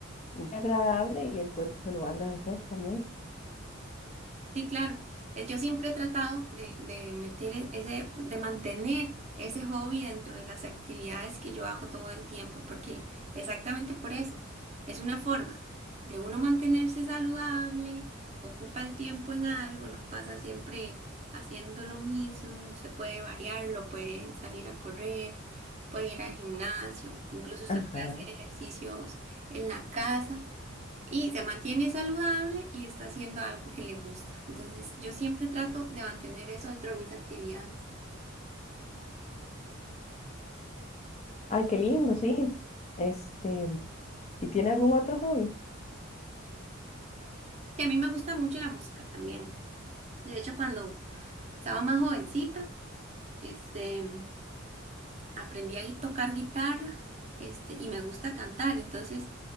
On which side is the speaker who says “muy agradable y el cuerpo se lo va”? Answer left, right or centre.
Left